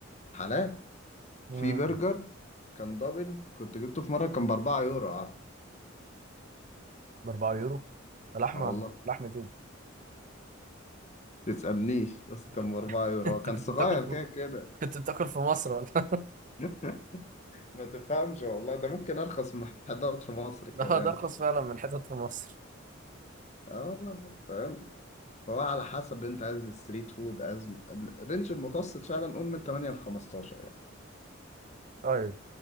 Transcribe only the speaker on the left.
حلال
في برجر كان دبل كنت جبته في مرة كان ب 4 يورو عارف
اه والله
تسألنيش بس كان بأربعة
يورو
هو كان
صغير
كده كده
<laughs> ما تفهمش والله ده ممكن أرخص من محلات في مصر كمان
اه والله فاهم فهو على حسب أنت عايز ستريت فود عايز الرينج المتوسط فعلا قول من 8 ل 15 يعني